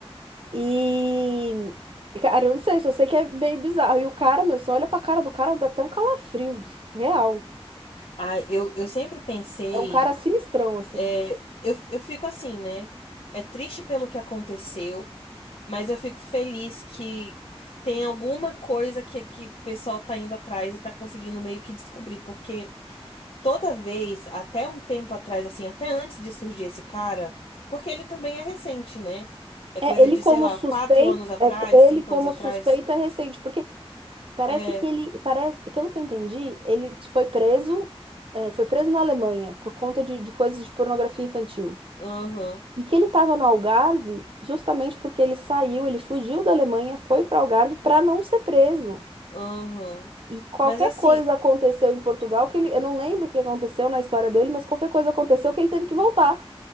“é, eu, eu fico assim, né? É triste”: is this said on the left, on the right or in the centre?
Left